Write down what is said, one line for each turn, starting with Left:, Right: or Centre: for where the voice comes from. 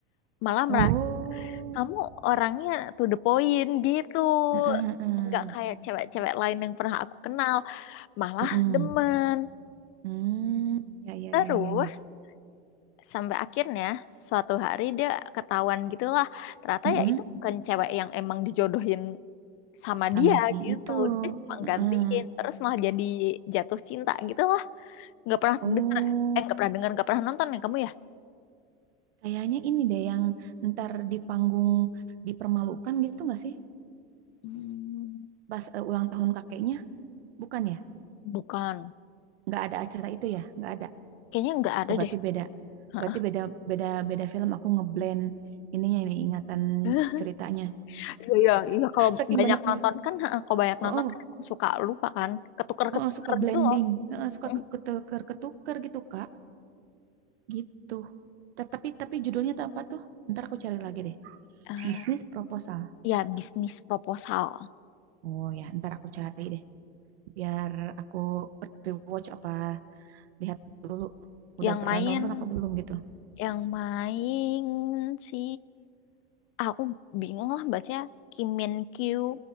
Left: malah
Right: Oh,
Left: merasa kamu orangnya to the point gitu
Right: heeh heeh.
Left: nggak kayak cewek-cewek lain yang pernah aku kenal malah
Right: Mm-mm.
Left: demen.
Right: Hmm, ya, ya,
Left: Terus
Right: ya, ya, iya.
Left: sampai akhirnya suatu hari dia ketahuan gitulah. Ternyata
Right: Mm-mm.
Left: ya itu bukan cewek yang emang dijodohin sama
Right: Sama
Left: dia
Right: si
Left: gitu.
Right: itu.
Left: Dia cuma
Right: Heeh.
Left: gantiin terus malah jadi jatuh cinta gitu lah. Nggak pernah
Right: Oh,
Left: dengar Eh nggak pernah dengar nggak pernah nonton ya kamu ya?
Right: kayaknya ini deh yang ntar di panggung dipermalukan gitu nggak sih?
Left: Hmm,
Right: Pas eh, ulang tahun kakeknya, bukan ya?
Left: bukan.
Right: Nggak ada acara itu ya? Nggak ada.
Left: Kayaknya nggak ada
Right: Oh, berarti
Left: deh.
Right: beda.
Left: Heeh.
Right: Berarti beda beda beda film aku ngeblend ininya ini ingatan
Left: <laughs>
Right: ceritanya.
Left: Iya, iya, iya. Kalau
Right: Saking
Left: banyak
Right: banyaknya.
Left: nonton kan, heeh, kalau banyak
Right: Oh,
Left: nonton
Right: oh,
Left: kan emang suka lupa kan, ketuker-ketuker
Right: oh, oh, suka blending.
Left: gitu loh.
Right: Heeh, suka
Left: Mm.
Right: ketuker-ketuker gitu, Kak. Gitu. Tet- Tapi tapi judulnya tuh apa tuh? Ntar aku cari lagi deh.
Left: Eh,
Right: Bisnis proposal.
Left: ya bisnis proposal.
Right: Oh ya, ntar aku cari deh. Biar aku rewatch apa lihat dulu
Left: yang
Right: udah pernah
Left: main
Right: nonton apa belum gitu.
Left: yang main si aku bingung lah baca Kim Min Kyu,